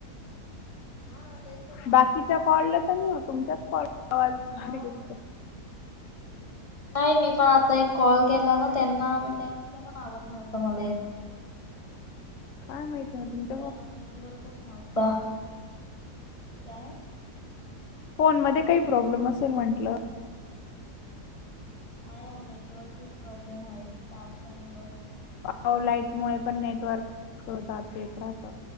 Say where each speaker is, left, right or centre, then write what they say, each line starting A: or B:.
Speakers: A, on the left (about 25°); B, on the left (about 60°).
A: हा तेच ना
B: बाकीच्या कॉला तर नाही हो, तुमचाच कॉल आवाज बारीक
A: हो
B: येतोय.
A: नाही, मी पण आता एक कॉल केला ना, त्यांना त्यांचा पण आवाज नव्हता मला येत.
B: काय माहिती आहे, म तुम
A: त्याला, नेटवर्कच नव्हता, काय?
B: फोन मध्ये, काही प्रॉब्लेम असेल म्हंटलं?
A: आहे व, नेटवर्कच प्रॉब्लेम आहे पावसामुळ,
B: व, लाईट मुळ पण नेटवर्क, जात येत राहत.